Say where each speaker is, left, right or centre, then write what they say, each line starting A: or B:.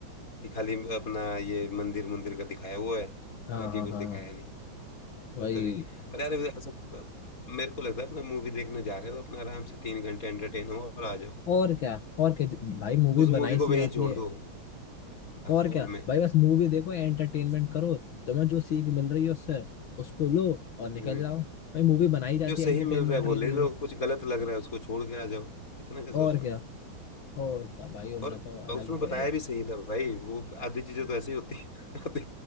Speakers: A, on the left (about 40°); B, on the left (about 70°).
A: कि खाली अपना ये मंदिर मंदिर का दिखाया वो है
B: हाँ
A: बाकी
B: हाँ
A: कुछ
B: हाँ
A: दिखाया नहीं
B: वही
A: वो तो भी पर यार ऐसा मेरे को लगता है अपना मूवी देखने जा रहे हो तो अपना आराम से तीन घंटे एंटरटेन हो और आ जाओ
B: और क्या और क्या भाई मूवी
A: उस
B: बनाई
A: मूवी
B: इसलिए
A: को वहीं
B: आती
A: छोड़
B: है
A: दो
B: और
A: हॉल
B: क्या
A: में
B: भाई बस मूवी देखो एंटरटेनमेंट करो तुम्हें जो सीख मिल रही है उससे उसको लो और निकल
A: हम्म
B: जाओ भाई मूवी बनाई जाती
A: जो सही
B: है एंटरटेनमेंट
A: मिल रहा है वो
B: के
A: ले
B: लिए
A: लो कुछ गलत लग रहा है उसको छोड़ के आ जाओ इतना क्या सोचना
B: और क्या और क्या भाई उनने
A: और
B: तो अलग
A: उसमें
B: ही
A: बताया
B: पड़ गए
A: भी सही था भाई वो आधी चीजें तो ऐसी होती <laughs> है आधी